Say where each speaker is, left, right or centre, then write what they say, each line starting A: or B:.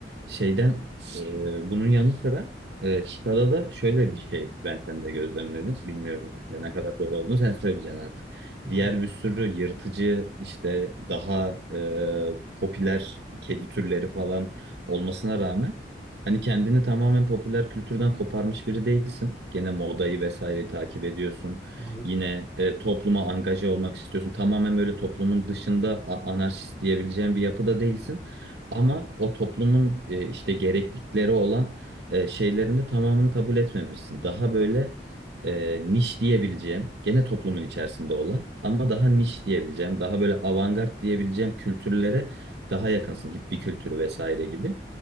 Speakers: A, on the right; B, on the left.
A: şeyden e, bunun yanı sıra e, Chicago'da da şöyle bir şey ben sende gözlemledim. Bilmiyorum işte ne kadar doğru olduğunu sen söyleyeceksin artık.
B: hı
A: Diğer
B: hı,
A: bir sürü yırtıcı işte daha e, popüler kedi türleri falan olmasına rağmen hani kendini tamamen popüler kültürden koparmış biri değilsin. Gene modayı vesaireyi takip ediyorsun.
B: hı hı.
A: Yine e, topluma angaje olmak istiyorsun. Tamamen böyle toplumun dışında a- anarşist diyebileceğin bir yapıda değilsin. Ama o toplumun e, işte gereklilikleri olan e, şeylerin de tamamını kabul etmemişsin. Daha böyle e, niş diyebileceğim, gene toplumun içerisinde olan ama daha niş diyebileceğim, daha böyle avantgard diyebileceğim kültürlere daha yakınsın. Hippie kültürü vesaire gibi.